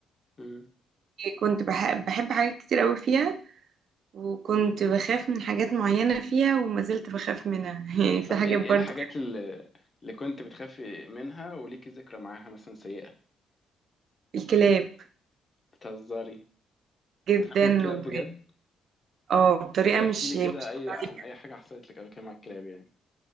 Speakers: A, on the left; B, on the right.
A: مم.
B: كنت بح- بحب حاجات كتير قوي فيها وكنت بخاف من حاجات معينة فيها وما زلت بخاف منها <laughs> يعني في
A: طب
B: حاجات
A: ايه
B: برضو
A: ايه الحاجات
B: كانت
A: اللي, اللي كنت بتخافي منها وليكي ذكرى معاها مثلا سيئة
B: الكلاب
A: بتهزري <laughs>
B: جدا
A: بتخافي من الكلاب
B: و
A: بجد
B: اه بطريقة
A: طب ايه
B: مش
A: احكي لي
B: مش
A: كده اي
B: طبيعية
A: عن اي حاجة حصلت لك قبل كده مع الكلاب يعني